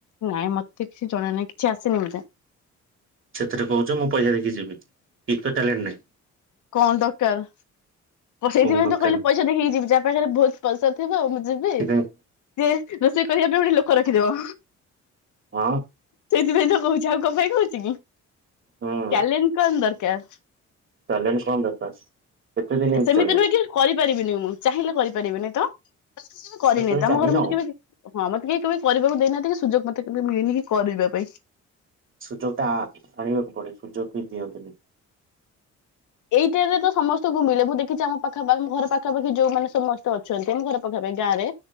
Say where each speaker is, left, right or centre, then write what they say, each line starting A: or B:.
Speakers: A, on the left; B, on the right.
A: ନାଇଁ ମତେ କିଛି ଜଣା ନାହିଁ। କିଛି ଆସିନି ମତେ।
B: ସେଥିରେ କହୁଛ ମୁଁ ପଇସା ଦେଖି ଯିବି। କିଛି ତ ଟ୍ୟାଲେଣ୍ଟ ନାହିଁ।
A: କଣ ଦରକାର? ସେଇଥିପାଇଁ
B: କଣ ଦରକାର
A: ତ କହିଲି ପଇସା ଦେଖିକି ଯିବି ଯାହା ପାଖରେ ବହୁତ ପଇସା ଥିବ ମୁଁ ଯିବି
B: ସେଥିପାଇଁ
A: ଯେ ରୋଷେଇ କରିବା ପାଇଁ ଗୋଟେ ଲୋକ ରଖିଦବ।
B: ହଁ
A: ସେଇଥିପାଇଁ ତ କହୁଛି ଆଉ କଣ ପାଇଁ କହୁଛି କି
B: ହୁଁ
A: ଟାଲେଣ୍ଟ କଣ ଦରକାର?
B: ଟାଲେଣ୍ଟ କଁ ଦରକାର। କେତେ ଦିନ ଏମିତି
A: ସେମିତି
B: ଚଳିବ?
A: ନୁହେଁ କି କରିପାରିବିନି ମୁଁ ଚାହିଁଲେ କରିପାରିବିନି ତ। <unintelligible> କରିନି
B: କେବେ
A: ତ ଆମ
B: ଚାହିଁନ
A: ଘରେ ମତେ
B: ଆଉ
A: କେବେ ହଁ ମତେ କେହି କେବେ କରିବାକୁ ଦେଇନାହାନ୍ତି କି ସୁଯୋଗ ମତେ କେମିତି ମିଳିନି କି କରିବା ପାଇଁ।
B: ସୁଯୋଗ ଟା ଆଣିବାକୁ ପଡେ ସୁଯୋଗ ବି ଦିଅନ୍ତିନି।
A: ଏଇଟାରେ ତ ସମସ୍ତଙ୍କୁ ମିଳେ ମୁଁ ଦେଖିଛି ଆମ ପାଖ ଘର ପାଖାପାଖି ଯୋଉମାନେ ସମସ୍ତେ ଅଛନ୍ତି ଆମ ଘର ପକ ପାଇଁ ଗାଁ ରେ